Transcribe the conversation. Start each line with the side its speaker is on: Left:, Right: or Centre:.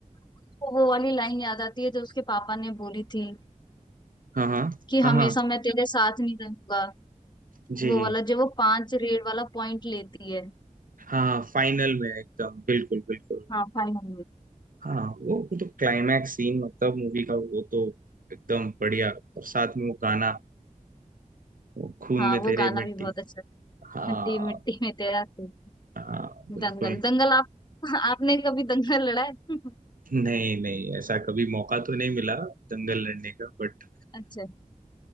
Left: उसको वो वाली लाइन याद आती है जो उसके पापा ने बोली थी
Right: हाँ हाँ
Left: कि हमेशा
Right: हाँ हाँ
Left: मैं तेरे साथ नहीं रहूंगा
Right: जी
Left: वो वाला जो वो पांच रेड वाला पॉइंट लेती है
Right: हाँ फाइनल में एकदम बिल्कुल बिल्कुल
Left: हाँ फाइनल में
Right: हाँ वो वो तो क्लाइमैक्स सीन मतलब मूवी का वो तो एकदम बढ़िया और साथ में वो गाना वो खून
Left: हाँ
Right: में
Left: वो
Right: तेरे
Left: गाना
Right: मिट्टी
Left: भी बहुत अच्छा था
Right: हाँ
Left: मिट्टी मिट्टी में तेरा खून।
Right: हाँ बिल्कुल
Left: दंगल दंगल आप <laughs> आपने कभी दंगल लड़ा है <laughs>
Right: नहीं नहीं ऐसा कभी मौका तो नहीं मिला दंगल लड़ने का बट
Left: अच्छा